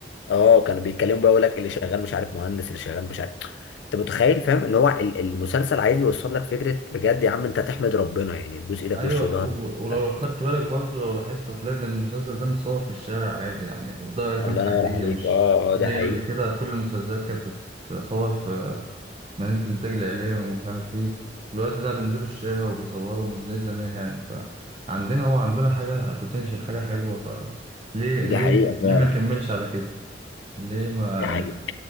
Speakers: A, on the left; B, on the right.
A: اه كانوا بيتكلموا بقى يقول لك اللي شغال مش عارف مهندس اللي شغال مش عارف انت متخيل فاهم اللي هو ال- المسلسل عايز يوصل لك فكره بجد يا عم انت تحمد ربنا يعني تبوس ايدك
B: ايوه
A: وش وظهر
B: و- ولو
A: آه،
B: خدت بالك برضه لو لاحظت هتلاقي ان المسلسل ده متصور في الشارع عادي يعني في دار ايتام
A: الله
B: حقيقيه
A: ينور عليك
B: مش
A: اه
B: مش
A: اه دي
B: زي
A: حقيقه
B: قبل كده كل المسلسلات كانت بتتصور في مدينه الانتاج الاعلامي ومش عارف ايه دلوقتي لا بينزلوا الشارع وبيصوروا مش زي زمان يعني فعندنا هو عندنا حاجه بوتنشال حاجه حلوه فليه ليه
A: دي حقيقه فعلا
B: ليه ما نكملش على كده ليه ما
A: دي حقيقه